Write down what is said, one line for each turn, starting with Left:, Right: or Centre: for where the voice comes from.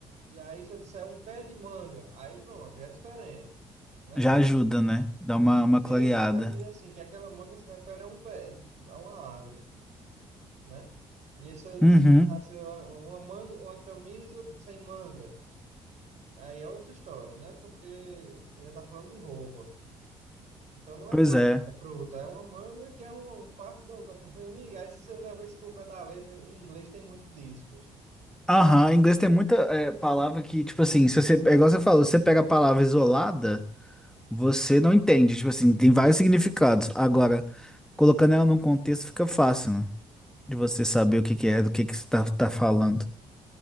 Right: E aí, se eu disser um pé de manga, aí pronto, já é diferente, né?
Centre: Já ajuda, né? Dá uma, uma
Right: texto
Centre: clareada.
Right: já diz assim, que aquela manga se refere a um pé, a uma árvore, né? E essa
Centre: Uhum.
Right: assim, uma uma manga, uma camisa sem manga, aí é outra história, né? Porque você já está falando de roupa. Então não é
Centre: Pois
Right: manga,
Centre: é.
Right: é fruta, é uma manga que é um, um parte da, da camisa. Amiga, aí se você levar isso pro pé da letra, em inglês tem muito disso, pô.
Centre: Aham, em inglês tem muita é, palavra que, tipo assim, se você, é igual você falou, se você pega a palavra isolada, você não entende. Tipo assim, tem vários significados. Agora, colocando ela num contexto fica fácil, né? De você saber o que que é, do que que você tá, tá falando.